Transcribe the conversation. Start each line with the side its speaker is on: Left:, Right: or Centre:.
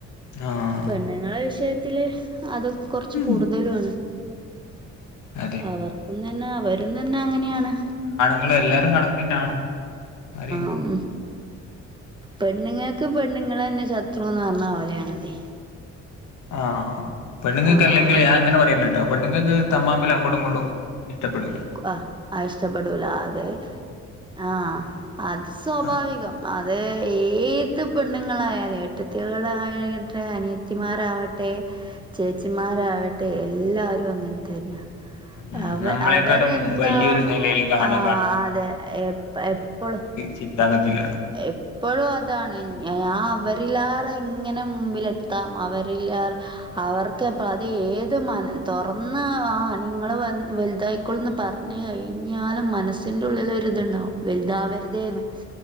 Left: ആഹ്
Right: പെണ്ണ്ങ്ങളെ വിഷയത്തില് അതൊ കൊർച്ച്
Left: ഉം
Right: കൂടുതലു ആണ്.
Left: അതെ
Right: അവർക്കും തന്നെ അവരും തന്നെ അങ്ങനെയാണ്.
Left: ഇങ്ങളെല്ലാരും കണ്ക്കെന്നാണ് ആരെ
Right: ഉം പെണ്ണ്ങ്ങക്ക് പെണ്ണ്ങ്ങളെന്നെ ശ ത്രുന്ന് പറഞ്ഞ പോലേയാണതേ.
Left: ആഹ് പെണ്ണ്ങ്ങക്ക്
Right: ആ
Left: അല്ലെങ്കിലെ ഞാൻ അങ്ങനെ പറയല്ലട്ടോ പെണ്ണ്ങ്ങക്ക് തമ്മ് മ്മ്ല് അങ്ങോടും ഇങ്ങോടും. ഇഷ്ടപ്പെടൂല.
Right: കു ആഹ് ആ ഇഷ്ടപ്പെടൂല അതെ. ആഹ്. അത് സ്വാഭാവികം.
Left: ആഹ്
Right: അത് ഏത് ത്തെ പെണ്ണങ്ങളായാല് ഏട്ടത്തികളായട്ടെ അനിയത്തിമാരാവ ചേച്ചിമാരാവട്ടെ എല്ലാരും അങ്ങൻതന്ന്യ
Left: ഉം
Right: അവ
Left: നമ്മളെക്കാട്ടും
Right: അവരെന്താണോ
Left: വലിയൊരു നിലയിൽ കാണ
Right: ആഹ് അതെ എപ്പൊ എപ്പളും
Left: ചിന്താഗതില്ല
Right: എപ്പഴും അതാണ് ഞാ അവരിലേറെ എങ്ങനെ മുമ്പിലെത്താം അവര് <unintelligible> അവർക്കേപാ ഏത് മൻ തൊർന്ന് ആഹ് നിങ്ങള് വലുതായിക്കോള്ന്ന് പറ് കഴിഞ്ഞാലും മനസ്സിന്റെ ഉള്ളിലൊര് ഇത്ണ്ടാവും വല്താവര്തേന്ന്